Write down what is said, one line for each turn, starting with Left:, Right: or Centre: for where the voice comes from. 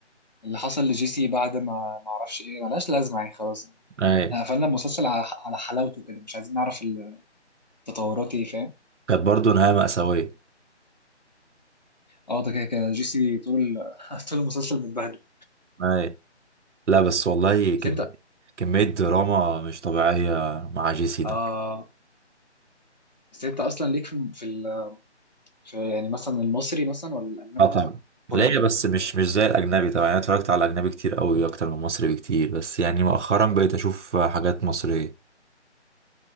Left: اللي حصل لجيسي بعد ما ما اعرفش ايه ملهاش لازمه يعني خلاص
Right: اي
Left: احنا قفلنا المسلسل على على حلاوته كده مش عايزين نعرف التطورات ايه فاهم
Right: كانت برضه نهاية مأساوية
Left: اه ده كده كده جيسي طول <laughs> طول المسلسل متبهدل
Right: اي لا بس والله
Left: بس
Right: كم...
Left: انت
Right: كمية دراما مش طبيعية مع جي سي
Left: اه
Right: ده
Left: بس انت اصلا ليك في في, ال... في يعني مثلا المصري مثلا ولا الاجنبي
Right: اه طبعا
Left: اكتر
Right: ليا
Left: فرجه
Right: بس مش مش زي الأجنبي طبعا أنا اتفرجت على الأجنبي كتير قوي أكتر من مصري بكتير بس يعني مؤخرا بقيت أشوف حاجات مصرية